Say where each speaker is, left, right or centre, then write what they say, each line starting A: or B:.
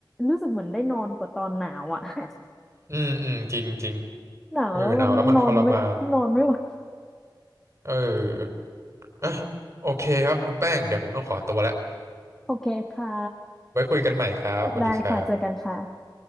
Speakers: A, in the centre; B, on the right.
A: รู้สึกเหมือนได้นอนกว่าตอนหนาวอ่ะ <laughs>
B: อืมอืมจริงจริง
A: หนาวแล้วมันนอนไม่นอนไม่ไหว
B: เออหนาวแล้วมันทรมานเอออ่ะโอเคครับคุณแป้งเดี๋ยวผมต้องขอตัวแล้ว
A: โอเคค่ะ
B: ไว้คุยกันใหม่ครับสวัสดีครับ
A: ได้ค่ะเจอกันค่ะ